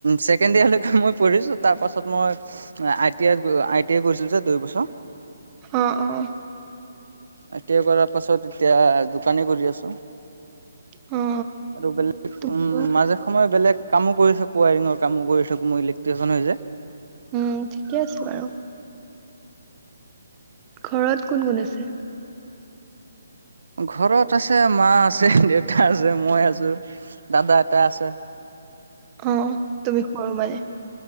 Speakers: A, on the right (about 80°); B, on the right (about 15°).
A: ছেকেণ্ড ইয়েৰ লৈকে মই পঢ়িছোঁ। তাৰপাছত মই I T I I T I কৰিছিলো যে দুই বছৰ।
B: অ অ।
A: আই টি আই কৰাৰ পাছত এতিয়া দোকানে কৰি আছো।
B: অ
A: আৰু বেলেগ
B: তোমাৰ?
A: উম মাজে সময়ে বেলেগ। কামো কৰিছো কুৱাইৰিঙৰ কামো কৰিছোঁ মোৰ ইলেক্ট্ৰিচিয়ান হয় যে।
B: উম ঠিকে আছে বাৰু। ঘৰত কোন কোন আছে?
A: ঘৰত আছে মা আছে দেউতা আছে মই আছো দাদা এটা আছে।
B: অ তুমি সৰু মানে।